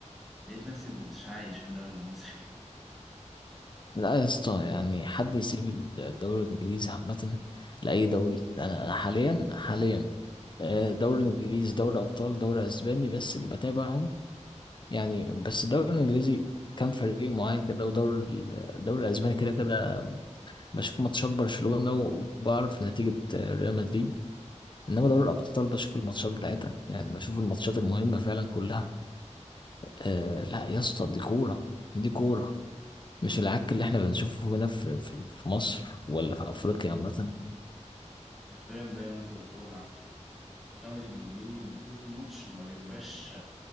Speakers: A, in the centre; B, on the left (about 40°).
A: لقيت نفسي مكنتش عايش في الدوري المصري
B: لا يا اسطى يعني حد يسيب الدوري الانجليزي عامة لأي دوري انا انا حاليا حاليا آه،
A: <laughs>
B: دوري
A: أمم،
B: انجليزي دوري ابطال دوري اسباني بس اللي بتابعهم يعني بس الدوري الانجليزي كان فريق معين كده ودوري ال- الدوري الاسباني كده كده بشوف ماتشات برشلونة وبعرف نتيجة آه، ريال مدريد انما
A: أمم.
B: دوري الابطال بشوف الماتشات بتاعتها يعني بشوف الماتشات المهمة فعلا كلها آه لا يا اسطى دي كورة دي كورة مش العك اللي احنا بنشوفه هنا في في في مصر ولا في افريقيا عامة
A: حرفيا زي ما أنت بتقول ع- الدوري الإنجليزي مفهوش ماتش ما بيبقاش